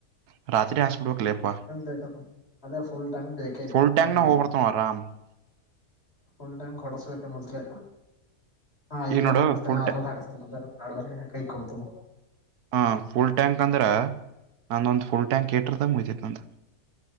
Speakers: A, on the right (about 85°); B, on the left (about 40°).
A: ಹ ರಾತ್ರಿ ಹಾಕ್ಬಿಡ್ಬೇಕ ಲೇಪ್ಪ
B: ಬೇಕದು ಅದೇ ಫುಲ್ ಟ್ಯಾಂಕ್ ಬೇಕೇ
A: ಫುಲ್ ಟ್ಯಾಂಗ್
B: ಹೆಂಗಿದ್ರೂನು
A: ನ ಹೋಗ್ಬರ್ತ ಆರಾಮ್ <inaudible>
B: ಫುಲ್ ಡ್ಯಾಂಕ್ ಹೊಡಸಬೇಕ ಮೊದ್ಲೆ ಹಾ ಐದನೂರು
A: ಈಗ ನೋಡು
B: ಹಾಕಿಸ್ತೇನೆ
A: ಫುಲ್
B: ಆರ್ನೂರು
A: ಟ್ಯಾ
B: ಹಾಕಿಸ್ತೇನೆ ಅಂದ್ರೆ ನಾಡವರೆಗೆ ಕೈ ಕೊಡ್ತ
A: ಹ ಫುಲ್ ಟ್ಯಾಂಕ್ ಅಂದ್ರೆ ನಾನೊಂದು್ ಫುಲ್ ಟ್ಯಾಂಕ್ ಕಟರ್ದಾಗ ಮುಿತತ್ ಅಂತ